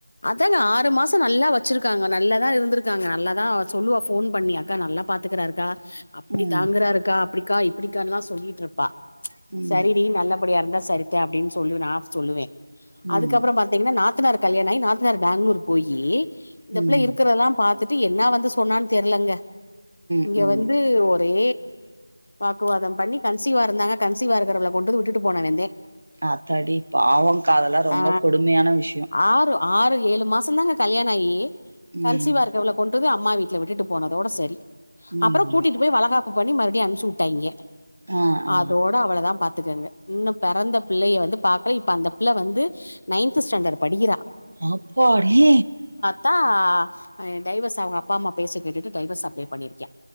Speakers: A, on the left; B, on the right.
A: அதாங்க ஆறு மாசோ நல்லா வச்சிருக்காங்க நல்லாதா இருந்திருக்காங்க நல்லா தா சொல்லுவா ஃபோன் பண்ணி அக்கா நல்லா பாத்துக்கறாருக்கா அப்டி
B: ம்
A: தாங்குறாருக்கா அப்டிக்கா இப்டி க்கேன்லா சொல்லிட்ருப்பா
B: ம்
A: சரிடி நல்லபடியா இருந்தா சரித்தா அப்டின்னு சொல்லுன் நா சொல்லுவே அதுக்கப்புற
B: ம்
A: பாத்தீங்கன்னா நா த்தனாருக் கல்யாண ஆயி நாத்தனாரு பேங்களூரு போயி இந்த
B: ம்
A: பிள்ள இருக்கிறதெல்லா பா த்துட்டு என்ன வந்து சொன்னான்னு தெர்லங்க இங்க
B: ம் ம்
A: வந்து ஒரே வாக்குவாதம் பண்ணி கன்சிவா இருந்தாங்க கன்சிவா இருக்கிறவள கொண்டு வந்து விட்டுட்டு போனவந்தே
B: ஆத்தாடி பாவங்க்கா அதெல்லா ரொம்ப
A: ஆ
B: கொடுமையான விஷயோ
A: ஆறு ஆறு ஏழு மாசந்தாங்க கல்யாண ஆயி கன்சிவா
B: ம்
A: இருக்குவள கொண்ட்டு வந்து அ ம்மா வீ்ட்ல விட்டு போனதோட சரி
B: ம்
A: அப்பறோ கூட்டிட்டு
B: ம்
A: போய் வளகாப் பு பண்ணி மறுபடி அனுப்ச்சு விட்டாய்ங்க
B: ஆ ஆ
A: அதோட அவ்ளதா பா த்துக்கங்க இன்னு பெறந்த பிள்ளைய வந்து பாக்கல இப்ப அந்த பிள்ள வந்து நைன்த்து ஸ்டாண்டர்டு படிக்கிறா
B: அப்பாடி
A: தா ஆ டைவர்ஸ் அவங்க அப்பா அம்மா பேச்ச கேட்டுட்டு டைவர்ஸ் அப்ளை பண்ணியிருக்கா